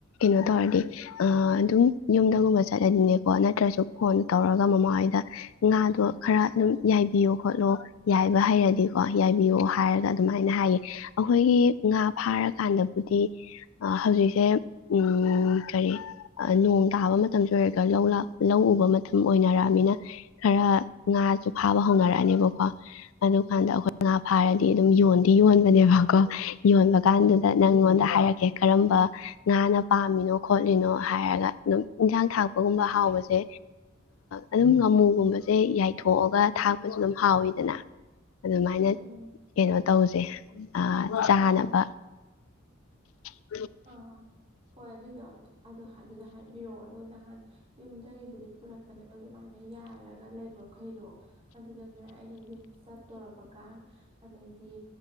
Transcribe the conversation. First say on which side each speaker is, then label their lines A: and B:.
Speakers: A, on the left (about 75°); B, on the right (about 30°).
A: ꯀꯣ ꯇꯧꯔꯗꯤ ꯑꯗꯨꯝ ꯌꯨꯝꯗꯒꯨꯝꯕ ꯆꯠꯂꯗꯤꯅꯦꯀꯣ ꯅꯠꯇ꯭ꯔꯁꯨ ꯐꯣꯟ ꯇꯧꯔꯒ ꯃꯃꯥ ꯍꯣꯏꯗ ꯉꯥꯗꯣ ꯈꯔ ꯑꯗꯨꯝ ꯌꯥꯏꯕꯤꯌꯣ ꯈꯣꯠꯂꯣ ꯌꯥꯏꯕ ꯍꯩꯔꯗꯤꯀꯣ ꯌꯥꯏꯕꯤꯌꯣ ꯍꯥꯏꯔꯒ ꯑꯗꯨꯃꯥꯏꯅ ꯍꯥꯏꯌꯦ ꯑꯩꯈꯣꯏꯒꯤ ꯉꯥ ꯐꯥꯔꯀꯥꯟꯗꯕꯨꯗꯤ ꯍꯧꯖꯤꯛꯁꯦ ꯎ ꯎ ꯀꯔꯤ ꯅꯣꯡ ꯇꯥꯕ ꯃꯇꯝꯁꯨ ꯑꯣꯏꯔꯒ ꯂꯧ ꯂꯧ ꯎꯕ ꯃꯇꯝ ꯑꯣꯏꯅꯔꯛꯑꯃꯤꯅ ꯈꯔ ꯉꯥꯁꯨ ꯐꯥꯕ ꯍꯧꯅꯔꯛꯑꯅꯦꯕꯀꯣ ꯑꯗꯨ ꯀꯥꯟꯗ ꯑꯩꯈꯣꯏ ꯉꯥ ꯐꯥꯔꯗꯤ ꯑꯗꯨꯝ ꯌꯣꯟꯗꯤ ꯌꯣꯟꯕꯅꯦꯕꯀꯣ ꯌꯣꯟꯕ ꯀꯥꯟꯗꯨꯗ ꯅꯪꯉꯣꯟꯗ ꯍꯥꯏꯔꯛꯀꯦ ꯀꯔꯝꯕ ꯉꯥꯅ ꯄꯥꯝꯃꯤꯅꯣ ꯈꯣꯠꯂꯤꯅꯣ ꯍꯥꯏꯔꯒ ꯑꯗꯨꯝ ꯏꯟꯖꯥꯡ ꯊꯥꯛꯄꯒꯨꯝꯕ ꯍꯥꯎꯕꯁꯦ ꯑꯗꯨꯝ ꯉꯥꯃꯨꯒꯨꯝꯕꯁꯦ ꯌꯥꯏꯊꯣꯛꯑꯒ ꯊꯥꯛ ꯑꯗꯨꯝ ꯍꯥꯎꯋꯤꯗꯅ ꯑꯗꯨꯃꯥꯏꯅ
B: ꯎꯝ ꯎꯝ
A: ꯀꯩꯅꯣ ꯇꯧꯁꯦ ꯆꯥꯅꯕ
B: ꯍꯣꯏ
A: <unintelligible>
B: ꯑ ꯍꯣꯏ ꯑꯗꯨꯗ ꯏ ꯑꯗꯣ ꯑꯗꯨꯗ ꯍꯥꯏꯕꯤꯔꯛꯑꯣ ꯑꯗꯣ ꯅꯍꯥꯟ ꯌꯨꯝꯗꯒꯤꯕꯨꯗꯤ ꯄꯨꯔꯛꯄꯅꯦꯕ ꯑꯗꯨꯃꯥꯏꯅ ꯌꯥꯏꯔꯒ ꯂꯩꯕ ꯃꯈꯩꯗꯣ ꯑꯗꯨꯗꯅꯦ ꯑꯩꯅ ꯌꯨꯝꯁꯨ ꯆꯠꯇꯣꯔꯔꯕꯀꯥꯟ ꯑꯗꯩꯗꯤ